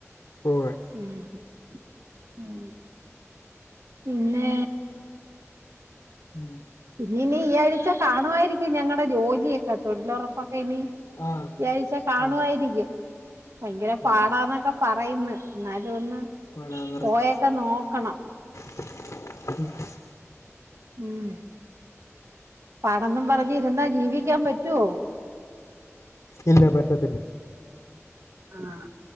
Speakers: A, on the left; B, on the right.
A: പോവാൻ
B: മ് ഉം പിന്നെ
A: ഉം.
B: പിന്നെ ഇനി ഈ ആഴ്ച കാണുവായിരിക്കും ഞങ്ങടെ ജോലിയൊക്കെ തൊഴിലൊറപ്പൊക്കെ ഇനി
A: ആ
B: ഒരാഴ്ച കാണുവായിരിക്കും
A: ആ
B: ഭയങ്കര
A: ആ
B: പാടാന്നൊക്കെ പറയുന്നു എന്നാലും ഒന്ന്
A: പോടാന്ന് പറയും.
B: പോയൊക്കെ നോക്കണം.
A: <inaudible>
B: ഉം പറന്നു ന പറഞ്ഞ് ഇരുന്നാ ജീവിക്കാൻ പറ്റുവോ
A: ഇല്ല പറ്റത്തില്ല
B: ആഹ